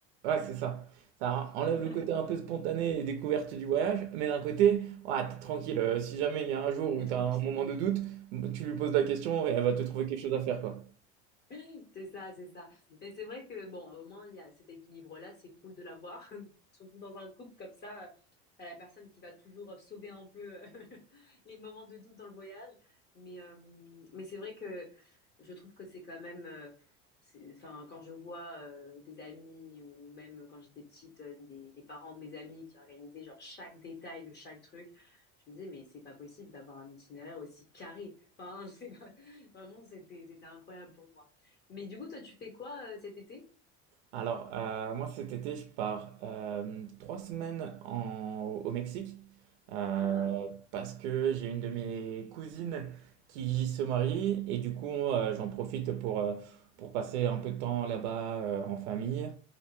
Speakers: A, on the right; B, on the left.
A: Ouais, c'est ça. Ça enlève
B: <laughs>
A: le côté un peu spontané et découverte du voyage, mais d'un côté, ouais, t'es tranquille. Euh, Si jamais il y a un jour où
B: C'est
A: t'as
B: tranquille.
A: un moment de doute, tu lui poses la question et elle va te trouver quelque chose à faire, quoi.
B: <laughs> C'est ça, c'est ça. Mais c'est vrai que, bon, au moins, il y a cet équilibre-là, c'est cool de l'avoir, <laughs> surtout dans un couple comme ça, euh, t'as la personne qui va toujours euh, sauver un peu euh, <laughs> les moments de doute dans le voyage. Mais, euh, mais c'est vrai que je trouve que c'est quand même, euh, c'est- enfin, quand je vois euh, des amis ou même quand j'étais petite, euh, des, les parents de mes amis qui organisaient genre chaque détail de chaque truc, je me disais, mais c'est pas possible d'avoir un itinéraire aussi carré. Enfin, <laughs> c'est pas- vraiment, c'était, c'était incroyable pour moi. Mais du coup, toi, tu fais quoi euh, cet été?
A: Alors, euh, moi cet été, je pars euh, trois semaines en- au Mexique euh,
B: Ah,
A: parce que j'ai une de mes cousines qui se marie et du coup, euh, j'en profite pour, euh, pour passer un peu de temps là-bas euh, en famille.